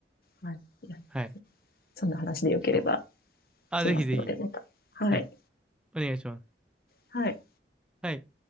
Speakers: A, on the left (about 55°); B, in the centre.
A: はい。いや
B: はい。
A: そんな話でよければ
B: ちょっと。あ、
A: しますので、
B: ぜひぜひ。
A: また。はい。
B: はい。お願いします。
A: はい。
B: はい。